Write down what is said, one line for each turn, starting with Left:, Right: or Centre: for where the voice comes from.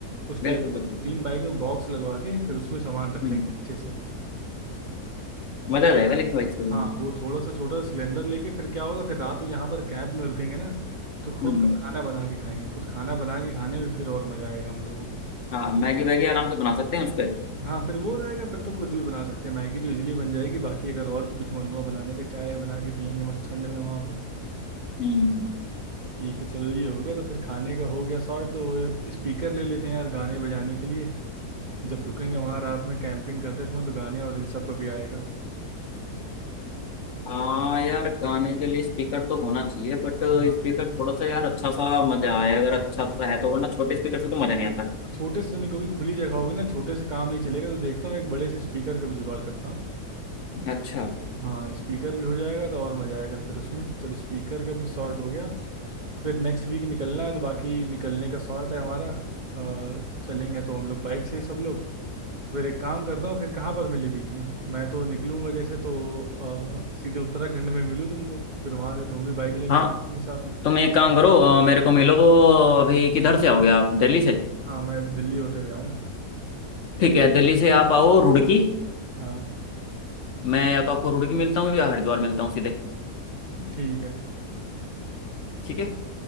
Right: उस टाइप
Left: बिल्कुल
Right: का दो
Left: बिल्कुल
Right: तीन बाइक में बॉक्स लगवा के फिर उसमें सामान रख
Left: हम्म
Right: लेंगे अच्छे से
Left: मजा आ जाएगा लेकिन भाई हम्म
Right: हाँ वो थोड़ा सा छोटा सा सिलेंडर लेके फिर क्या होगा फिर रात में यहाँ पर कैंप में रुकेंगे ना तो खुद
Left: हम्म,
Right: का खाना बना के खाएंगे खुद खाना बना के खाने में फिर और मजा आएगा हम लोगों को
Left: हाँ मैगी वैगी आराम से बना सकते हैं उस पर
Right: हाँ फिर वो रहेगा फिर तो कुछ भी बना सकते हैं मैगी तो इजीली बन जाएगी बाकी अगर और भी कुछ मन हुआ बनाने का चाय बना के पियेंगे मस्त ठंड में वहाँ पर
Left: हम्म
Right: ठीक है चलो ये हो गया तो फिर खाने का हो गया सॉर्ट तो स्पीकर ले लेते हैं यार गाने बजाने के लिए जब रुकेंगे वहाँ रात में कैंपिंग करते समय तो गाने और इन सब का भी आएगा
Left: हाँ
Right: तो
Left: यार गाने के लिए स्पीकर तो होना चाहिए बट
Right: हाँ
Left: स्पीकर थोड़ा सा यार अच्छा सा मजा आए अगर अच्छा सा है तो वरना छोटे स्पीकर से तो मजा नहीं आता
Right: छोटे से नहीं क्योंकि खुली जगह होगी ना छोटे से काम नहीं चलेगा तो देखता हूँ एक बड़े से स्पीकर का भी जुगाड़ करता हूँ
Left: अच्छा
Right: हाँ स्पीकर भी हो जाएगा तो और मज़ा आएगा फिर उसमें चलो स्पीकर का भी सॉर्ट हो गया तो फिर नेक्स्ट वीक निकलना है तो बाकी निकलने का शॉर्ट है हमारा अ, चलेंगे तो हम लोग बाइक से ही सब लोग तो फिर एक काम करता हूँ फिर कहाँ पर मिले बीच में मैं तो निकलूंगा जैसे तो अ, सीधे उत्तराखंड में मिलूँ तुमको फिर वहाँ से तुम भी बाइक लेके
Left: हाँ
Right: फिर चलेंगे साथ में
Left: तुम एक काम करो अ, मेरे को मिलो अभी किधर से आओगे आप दिल्ली से
Right: हाँ मैं दिल्ली होते हुए आऊँगा
Left: ठीक है दिल्ली से आप आओ रुड़की
Right: हाँ
Left: मैं या तो आपको रुड़की मिलता हूँ या हरिद्वार मिलता हूँ सीधे
Right: ठीक है
Left: ठीक है